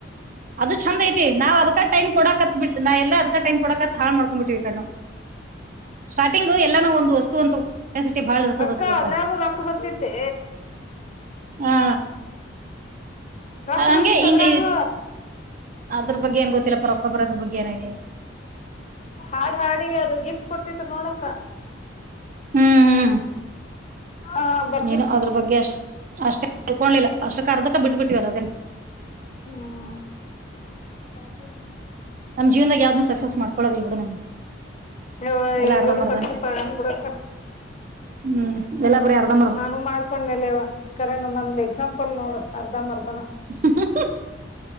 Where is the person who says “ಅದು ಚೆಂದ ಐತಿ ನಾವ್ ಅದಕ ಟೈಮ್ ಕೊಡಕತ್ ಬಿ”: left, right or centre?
Right